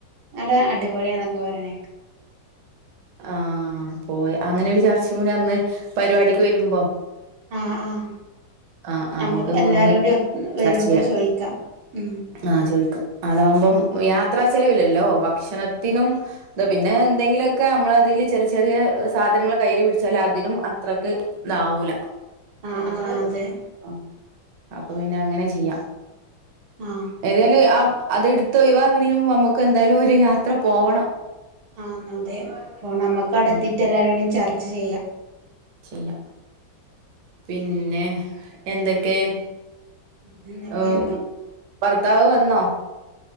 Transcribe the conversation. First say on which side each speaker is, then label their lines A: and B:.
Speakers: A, on the right (about 85°); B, on the right (about 65°).
A: അവിടെ അടിപൊളിയാന്നൊക്കെ പറയണേക്ക.
B: ആ പോയ അങ്ങനെ ഒരു ചർച്ചയും കൂടി അന്ന് പരിപാടിക്ക് വരുമ്പം
A: ആഹ് ആഹ്
B: ആ ആ
A: നമ്മക്ക്
B: നമുക്ക്
A: എല്ലാരും
B: ഒന്ന്
A: കൂടി വരുമ്പോ
B: ചർച്ച ചെയ്യാം.
A: ചോയിക്കാം ഉം
B: ആ ചോയ് ക്ക് അതാകുമ്പം യാത്രാ ചെലവില്ലല്ലോ. ഭക്ഷണത്തിനും പിന്നെ എന്തെങ്കിലൊക്കെ ഒക്കെ നമ്മളതേല് ചെറിയ ചെറിയ സാധനങ്ങൾ കയ്യില് പിടിച്ചാൽ അതിനും അത്രക്ക് ഇതാവൂല.
A: ആഹ് ആഹ് അതെ
B: ആ അപ്പൊ പിന്നെ അങ്ങനെ ചെയ്യാം.
A: ആഹ്
B: ഏതായാലും ആ അത് എടുത്ത് ഒഴിവാക്കണേന് മുമ്പ് നമ്മക്ക് എന്തായാലും ഒരു ഒരു യാത്ര പോവണം.
A: ആ അന്നതെ അപ്പൊ നമ്മുക്ക അവിടെ
B: ഉം
A: എത്തീട്ട്
B: ഉം
A: എല്ലാരും കൂടിം ചർച്ച ചെയ്യാം.
B: ചെയ്യാം പിന്നെ എന്തൊക്കെ
A: പിന്നന്തൊക്കെ
B: ഉം ഭർത്താവ് വന്നോ?